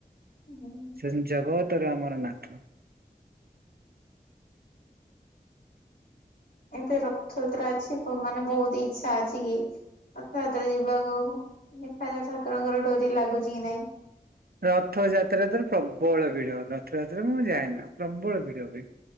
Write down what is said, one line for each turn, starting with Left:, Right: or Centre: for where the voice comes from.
Left: ହୁଁ।
Right: ସେ ଜଗତରେ ଆମର ନାଥ।
Left: ଏବେ ରଥଯାତ୍ରା ଅଛି ମାନେ ବହୁତ ଇଛା ଅଛି କି ରଥଯାତରେ ଯିବାକୁ ଦେଖାଯାାଉ ଠାକୁରଙ୍କର ଡୋରି ଲାଗୁଛି କି ନାଇଁ।
Right: ରଥଯାତ୍ରା ତାର ପ୍ରବଳ ଭିଡ ରଥଯାତ୍ରା ମୁଁ ଯାଏନା ପ୍ରବଳ ଭିଡ ହୁଏ।